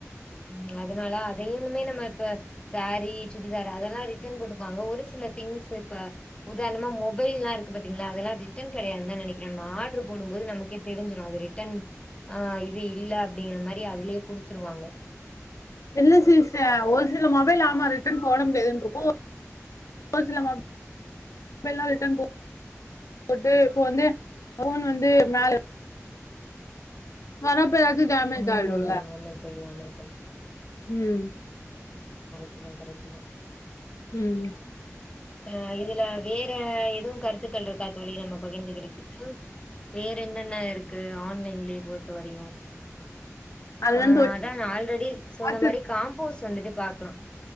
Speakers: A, on the left; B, on the left.
A: ம் அதனால வேனுமே நம்ம இப்ப சேரி சுடிதார் அதெல்லா ரிட்டர்ன் போட்டுக்குவாங்க ஒரு சில திங்ஸ் இப்ப உதாரணமா மொபைல்லா இருக்கு பாத்தீங்களா அதெல்லா ரிட்டர்ன் கிடையாதுனு தா நெனைக்கிறேன் நம்ம ஆட்ரு போடும்போது நமக்கே தெரிஞ்சிரும் அது ரிட்டன் ஆ இது இல்ல அப்டிங்கிற மாரி அதுலயே குடுத்துருவாங்க
B: இல்ல சிஸ் அ ஒரு சில மொபைல் ஆமா ரிட்டன் போட முடியாதுன்ட்ருக்கோ ஒரு சில மொப் <unintelligible> போட்டு இப்ப வந்து ஃபோன் வந்து மேல வராப் பே அது டேமேஜாயிடுள்ள
A: ம் ஆமா தோழி ஆமா தோழி
B: ம்
A: இத்தா கரெக்ட்டு தா
B: ம்
A: அ இதுல வேற எதுவும் கருத்துக்கள்ட்ருக்கா தோழி நம்ம பகிர்ந்துக்கிறதுக்கு வேற என்னென்ன இருக்கு ஆன்லைன்லயே பொறுத்த வரையும்
B: அதுதா
A: ஆ
B: தோழி
A: அத்தா நா ஆல்ரெடி சொன்ன
B: பாத்து
A: மாரி காம்போஸ் வந்துட்டு பாக் க்லா